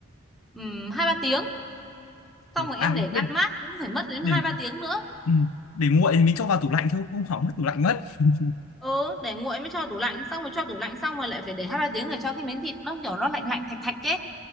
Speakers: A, in the centre; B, on the left.
A: um, hai ba tiếng xong
B: được.
A: rồi
B: à
A: em để ngăn
B: quên
A: mát cũng phải mất đến
B: để
A: hai ba tiếng nữa
B: ừ. để nguội thì mình cho vào tủ lạnh thôi không hỏng mất tủ lạnh mất <laughs>
A: ừ để nguội mới cho tủ lạnh xong rồi cho tủ lạnh xong rồi lại phải để hai ba tiếng để cho cái miếng thịt nó kiểu nó lạnh lạnh thạch thạch chứ